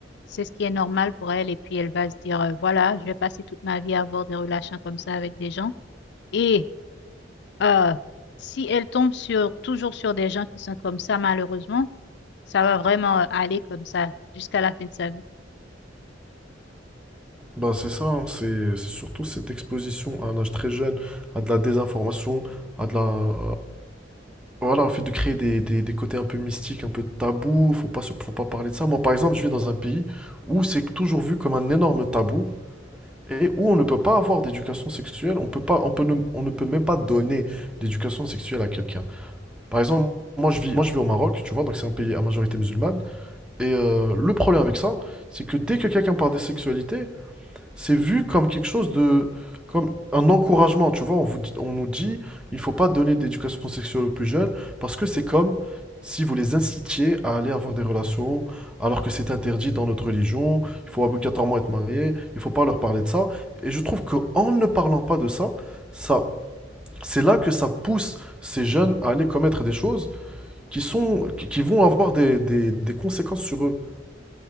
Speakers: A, on the left; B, in the centre.
A: c'est ce qui est normal pour elle et puis elle va se dire, euh, voilà, je vais passer toute ma vie à avoir des relations comme ça avec des gens. Et euh, si elle tombe sur, toujours sur des gens qui sont comme ça, malheureusement, ça va vraiment euh, aller comme ça jusqu'à la fin de sa vie.
B: Ben, c'est ça, hein, c'est c'est surtout cette exposition à un âge très jeune, à de la désinformation, à de la... euh, Voilà, au fait de créer des, des- des côtés un peu mystiques, un peu tabous, faut pas, se- faut pas parler de ça. Moi, par exemple, je vis dans un pays où c'est toujours vu comme un énorme tabou et où on ne peut pas avoir d'éducation sexuelle, on peut pas, on peut ne, on ne peut même pas donner d'éducation sexuelle à quelqu'un. Par exemple, moi je vis, moi, je vis au Maroc, tu vois, donc c'est un pays à majorité musulmane, et euh, le problème avec ça, c'est que dès que quelqu'un parle de sexualité, c'est vu comme quelque chose de, comme un encouragement, tu vois. On vous, dit- on nous dit, il faut pas donner d'éducation sexuelle aux plus jeunes parce que c'est comme si vous les incitiez à aller avoir des relations alors que c'est interdit dans notre religion. Il faut obligatoirement être marié. Il faut pas leur parler de ça. Et je trouve que en ne parlant pas de ça, ça, c'est là que ça pousse ces jeunes à aller commettre des choses qui sont, qui, qui vont avoir des, des- des conséquences sur eux.